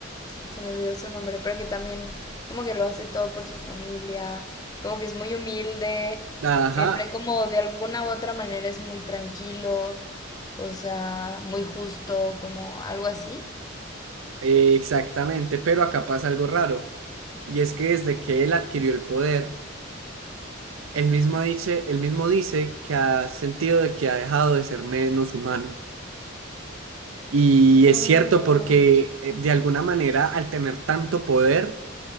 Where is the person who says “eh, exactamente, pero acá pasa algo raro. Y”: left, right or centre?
Right